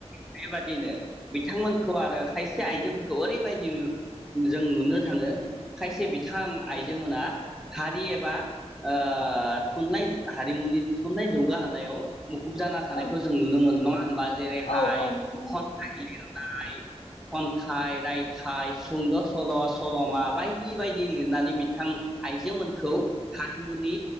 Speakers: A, in the centre; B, on the left (about 65°).
A: बेबादिनो बिथांमोनखौ खौ आरो खायसे आइजोफोरखौ ओरैबायदि जों नुनो थाङो खायसे बिथां आइजो मोना हारि एबा ओ थुनलाइ हारिमुनि थुनलाइ जौगाहोनायाव मुखुब जाना थानायखौ
B: औ
A: जों नुनो मोनो नङा बा जेरै हाय
B: औ औ नंगौ
A: खन्थाइ लिर <unintelligible> खन्थाइ रायथाइ सुंद सल सलमा बायदि बायदि लिरनानै बिथां आइजोमोनखौ हारि मुनि